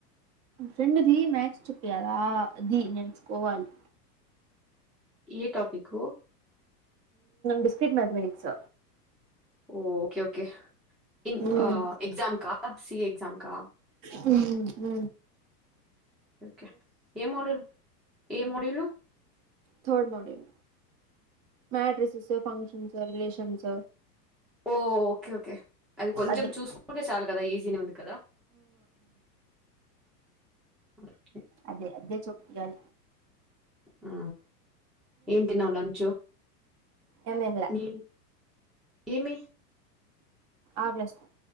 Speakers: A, on the right (about 35°); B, in the centre.
A: ఫ్రెండ్ది మేచ్ చెప్పయాలా అది నేర్చుకోవాలి
B: ఏ టాపిక్ హు
A: డిస్క్ర్రిట్ మ్యాథమెటిక్స్
B: ఓ ఓకే ఓకే ఇన్
A: మ్మ్
B: ఆ ఎగ్జామ్ కా సిఏ ఎగ్జా కా
A: హమ్ మ్మ
B: కే ఏ మోడల్ ఏ మోడూలు
A: థర్డ్ మాడ్యుల మడ్రెస్ ఫంక్షన్స్ రిలేషన్స్
B: ఓ ఓకే ఓకే అది కొంచెం
A: అదిజ
B: చూసుకుంటే చాలు కదా ఈజీనే ఉంది కదా ఆ
A: అదే అదే చొప్పాల
B: ఆ ఏం తిన్నావు లంచు
A: ఏం తినలే
B: నేను ఏమి
A: ఆగ్లాస్ తో